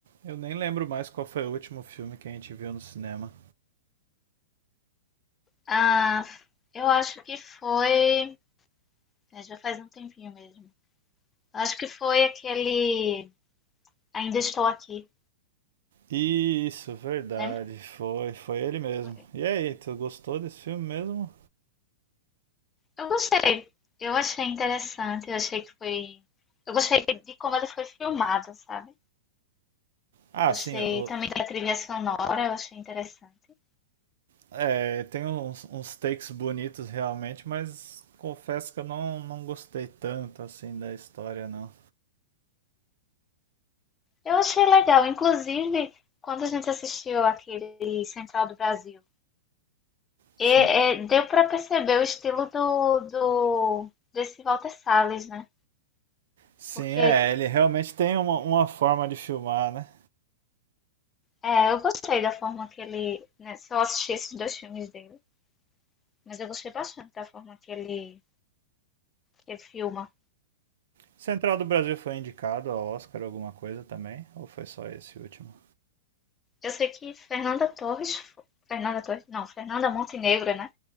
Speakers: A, on the right; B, on the left.
A: Eu nem lembro mais qual foi o último filme que a gente viu no cinema.
B: Ah, eu acho que foi. é, Já faz um tempinho mesmo. Eu Acho que foi aquele. Ainda estou aqui,
A: Isso, verdade.
B: lembra?
A: Foi, foi ele mesmo.
B: Foi.
A: E aí, tu gostou desse filme mesmo?
B: Eu gostei. Eu achei interessante. Eu achei que foi. Eu gostei de como ele foi filmado, sabe?
A: Ah,
B: Eu gostei
A: sim, o-
B: também da trilha sonora. Eu achei interessante.
A: é, tem uns, uns takes bonitos realmente, mas confesso que eu não, não gostei tanto assim da história, não.
B: Eu achei legal. Inclusive, quando a gente assistiu aquele Central do Brasil,
A: Sim.
B: e, é, deu para perceber o estilo do, do desse Walter Salles, né?
A: Sim,
B: Porque
A: é, ele realmente tem uma, uma forma de filmar, né?
B: É, eu gostei da forma que ele, né, só assisti esses dois filmes dele, mas eu gostei bastante da forma que ele, que ele filma.
A: Central do Brasil foi indicado ao Oscar alguma coisa também? Ou foi só esse último?
B: Eu sei que Fernanda Torres, fo- Fernanda Torres, não, Fernanda Montenegro, né?